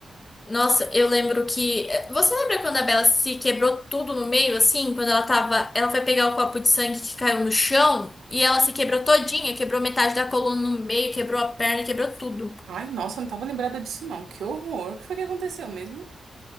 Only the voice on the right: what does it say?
Ai, nossa, eu não tava lembrada disso não. Que horror. O que foi que aconteceu mesmo?